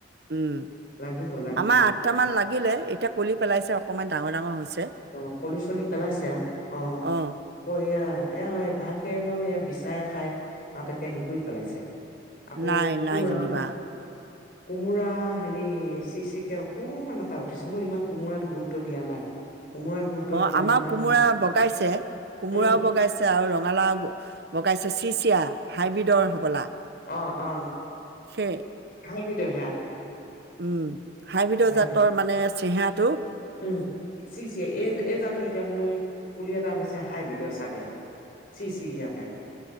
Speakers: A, on the right (about 55°); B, on the left (about 50°).
A: উম,
B: লাগিব লাগিব
A: আমাৰ আঠটা মান লাগিলে, এতিয়া কুলি পেলাইছে অ- কনমান ডাঙৰ ডাঙৰ হৈছ-
B: অহ, কলি-চলি পেলাইছে আৰু। অহ,
A: অ',
B: ও এয়া, এয়া এই ভাতকে- ৰেলাও এয়া বিচাই খাই। পাতোকে হেৰি কৰি পেলাইছে। আকৌ
A: নাই, নাই,
B: কোমোৰাও
A: যেনিবা।
B: কোমোৰা, হেৰি, চি-চিকে অকনমান এটা উঠিছে। মই ইমান কোমোৰাত গুৰুত্ব দিয়া নাই। কোমোৰাত গুৰুত্ব
A: অহ,
B: দিলে
A: আমাৰ
B: মানে
A: কোমোৰা
B: সেই
A: বগাইছে। কোমোৰাও
B: উম
A: বগাইছে আৰু ৰঙালাও গ বগাইছে। চি-চিয়া হাইব্ৰীডৰ হ'বলা।
B: অ অ।
A: সেই
B: হাইব্ৰীডৰ সেয়া।
A: উম, হাইব্ৰীডৰ
B: হাইব্ৰীড
A: জাতৰ মানে- এ চেহেৰা-
B: উম, চি-চি এই এই জাত- এতিয়া মই, পুলি এটা হৈছে হাইব্ৰীডৰ চাগে, চি-চিয়াকে।